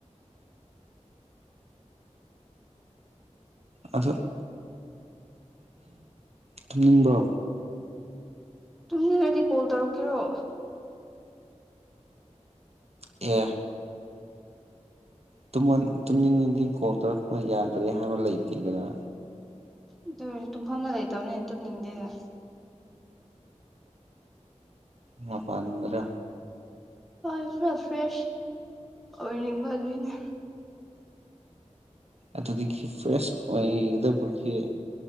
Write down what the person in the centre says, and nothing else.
ꯇꯨꯝꯃꯤꯡꯉꯗꯤ ꯀꯣꯜ ꯇꯧꯔꯛꯀꯦꯔꯣ
ꯑꯗꯨ ꯑꯣꯏꯔꯁꯨ ꯇꯨꯝꯐꯝꯅ ꯂꯩꯇꯕꯅꯤ ꯇꯨꯝꯅꯤꯡꯗꯦꯗ
ꯍꯣꯏ ꯈꯔ ꯐ꯭ꯔꯦꯁ ꯑꯣꯏꯅꯤꯡꯕꯒꯤꯅꯦ